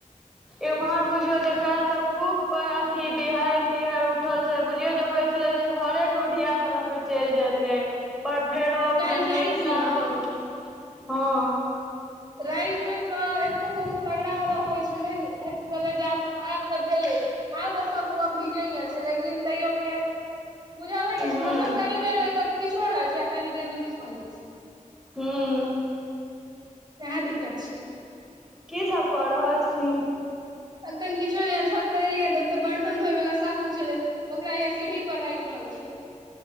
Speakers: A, in the centre; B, on the right.
A: इम्हर बुझियो जे काल तऽ खूब अथी बिहाड़ि तिहारि उठल छल बुझियौ जे होइत छलै जे घरेके उधिया कऽ लऽ कऽ चलि जायत ते पर फेरो
B: काल्हि
A: फेर
B: रातिमे
A: मेघ शान्त
B: ने
A: भलइ हँ
B: राति में तऽ एतो बहुत तगड़ा वला होइ छलै छलै जे आब आब त भेलै आर तऽ सब भीजे गेल छै लेकिन तैयो फेर बुझल नहि
A: हूँ
B: अछि मौसम कनी देर लए क किछो रहै छै कनी देर मे किछ भऽ जाइ छै
A: हम्म
B: वएह दिक्कत छै
A: की सब कऽ रहल छी
B: अखन किछु ने छत पर एलै ह तऽ ओतऽ बर्तन धोय वा साबुन छलै ओकरा यहे सीढ़ी पर राखि रहल छियै